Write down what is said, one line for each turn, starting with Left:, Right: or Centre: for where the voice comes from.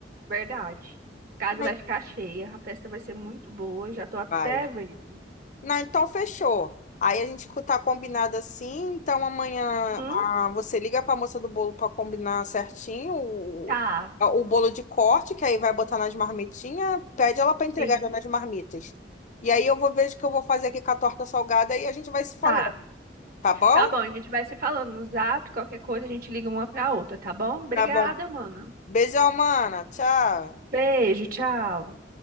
Right: verdade. A Casa
Left: Mas-
Right: vai ficar cheia, a festa vai ser muito boa, já tô até
Left: Vai.
Right: vendo.
Left: Não, então fechou. Aí a gente co- tá combinado assim, então amanhã
Right: Hum,
Left: ah, você liga pra moça do bolo pra combinar certinho o,
Right: tá,
Left: a- o bolo de corte, que aí vai botar nas marmitinhas, pede ela pra entregar
Right: sim,
Left: já nas marmitas. E aí eu vou ver o que eu vou fazer aqui com a torta salgada e a gente vai se falando,
Right: tá.
Left: tá bom?
Right: Tá bom, a gente vai se falando no Zap, qualquer coisa a gente liga uma pra outra, tá bom? Obrigada,
Left: Tá bom.
Right: mano.
Left: Beijão, mana. Tchau.
Right: Beijo, tchau.